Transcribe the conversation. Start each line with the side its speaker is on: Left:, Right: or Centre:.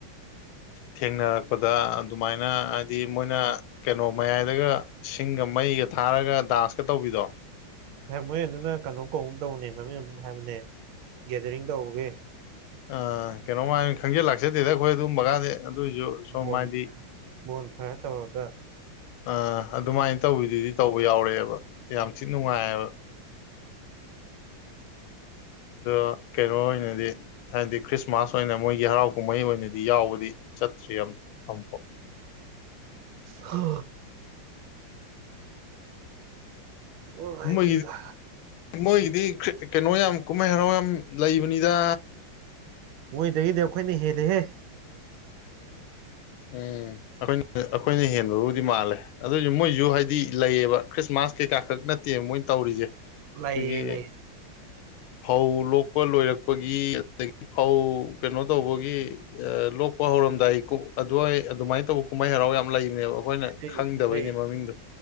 Left: ꯊꯦꯡꯅꯔꯛꯄꯗ ꯑꯗꯨꯃꯥꯏꯅ ꯍꯥꯏꯗꯤ ꯃꯣꯏꯅ ꯀꯩꯅꯣ ꯃꯌꯥꯏꯗꯒ ꯁꯤꯡꯒ ꯃꯩ ꯀ ꯊꯥꯔꯒ ꯗꯥꯟꯁꯀ ꯇꯧꯕꯤꯗꯣ
Right: ꯃꯣꯏ ꯑꯗꯨꯅ ꯀꯩꯅꯣ ꯀꯧꯕꯧ ꯇꯧꯕꯅꯦ ꯃꯃꯤꯡ ꯑꯃ ꯍꯥꯏꯕꯅꯦ ꯒꯦꯗꯔꯤꯡ ꯇꯧꯕꯒꯦ
Left: ꯑ ꯀꯩꯅꯣꯃꯥꯏ ꯈꯪꯖꯤꯜ ꯂꯥꯛꯆꯗꯦꯗ ꯑꯩꯈꯣꯏ ꯑꯗꯨꯝ ꯕꯒꯗꯤ ꯑꯗꯨꯑꯣꯏꯁꯨ ꯁꯣꯝꯃꯗꯤ
Right: ꯕꯣꯟ ꯕꯣꯟ ꯐꯥꯏꯌꯔ ꯇꯧꯔꯒ
Left: ꯑ ꯑꯗꯨꯃꯥꯏꯅ ꯇꯧꯕꯤꯗꯨꯗꯤ ꯇꯧꯕ ꯌꯥꯎꯔꯛꯑꯦꯕ ꯌꯥꯝ ꯊꯤ ꯅꯨꯡꯉꯥꯏꯕ ꯑ ꯀꯩꯅꯣ ꯑꯣꯏꯅꯗꯤ ꯍꯥꯏꯗꯤ ꯈ꯭ꯔꯤꯁꯃꯥꯁ ꯑꯣꯏꯅ ꯃꯣꯏꯒꯤ ꯍꯔꯥꯎ ꯀꯨꯝꯍꯩ ꯑꯣꯏꯅꯗꯤ ꯌꯥꯎꯕꯗꯤ ꯆꯇꯔꯤꯌꯝ ꯑꯝꯕꯣ
Right: ꯍ ꯅꯨꯡꯉꯥꯏꯕꯅꯤꯗ
Left: ꯃ ꯃꯣꯏꯒꯤꯗꯤ ꯀꯩꯅꯣ ꯌꯥꯝ ꯀꯨꯝꯍꯩ ꯍꯔꯥꯎ ꯌꯥꯝ ꯂꯩꯕꯅꯤꯗ
Right: ꯃꯣꯏꯗꯒꯤꯗꯤ ꯑꯩꯈꯣꯏꯅ ꯍꯦꯜꯂꯦꯍꯦ
Left: ꯎꯝ ꯑꯩꯈꯣꯏ ꯑꯩꯈꯣꯏꯅ ꯍꯦꯟꯕꯕꯨꯗꯤ ꯃꯥꯜꯂꯦ ꯑꯗꯨꯏꯁꯨ ꯃꯣꯏꯁꯨ ꯍꯥꯏꯗꯤ ꯂꯩꯌꯦꯕ ꯈ꯭ꯔꯤꯁꯃꯥꯁ ꯀꯩꯀꯥ ꯈꯛ ꯅꯠꯇꯦꯕ ꯃꯣꯏꯅ ꯇꯧꯔꯤꯁꯦ ꯑꯩꯈꯣꯏꯒꯤ
Right: ꯂꯩꯌꯦ ꯂꯩꯌꯦ
Left: <unintelligible> ꯐꯧ ꯂꯣꯛꯄ ꯂꯣꯏꯔꯛꯄꯒꯤ ꯑꯗꯒꯤ ꯐꯧ ꯀꯩꯅꯣ ꯇꯧꯕꯒꯤ ꯂꯣꯛꯄ ꯍꯧꯔ ꯧꯔꯝꯗꯥꯏ ꯑꯗꯨꯋꯥꯏ ꯑꯗꯨꯃꯥꯏꯅ ꯇꯧꯕ ꯀꯨꯝꯍꯩ ꯍꯔꯥꯎ ꯌꯥꯝꯅ ꯂꯩꯕꯅꯦꯕ ꯑꯩꯈꯣꯏꯅ
Right: ꯗꯤ
Left: ꯈꯪꯗꯕꯩꯅꯦ
Right: ꯍꯣꯏ
Left: ꯃꯃꯤꯡꯗꯣ